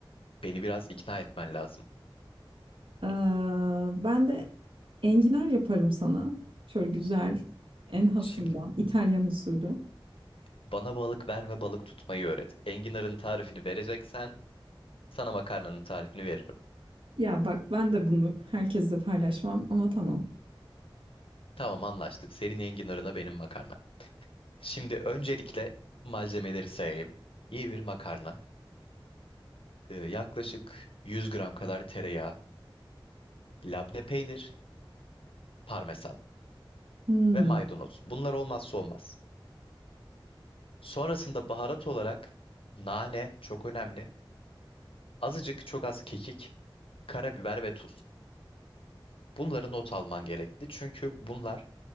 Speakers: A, on the left; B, on the right.
A: beni biraz ikna etmen lazım.
B: Ee, ben de enginar yaparım sana. Şöyle güzel, en hasından,
A: Şimdi
B: İtalyan usulü.
A: bana balık verme balık tutmayı öğret. Enginar'ın tarifini vereceksen sana makarnanın tarifini veririm.
B: Ya bak ben de bunu herkesle paylaşmam ama tamam.
A: Tamam anlaştık. Senin enginarına benim makarna. Şimdi öncelikle malzemeleri sayayım. İyi bir makarna. e, yaklaşık 100 gram kadar tereyağı, labne peynir, parmesan
B: Hmm,
A: ve maydanoz. Bunlar olmazsa olmaz. Sonrasında baharat olarak nane çok önemli. Azıcık çok az kekik, karabiber ve tuz. Bunları not alman gerekli. Çünkü bunlar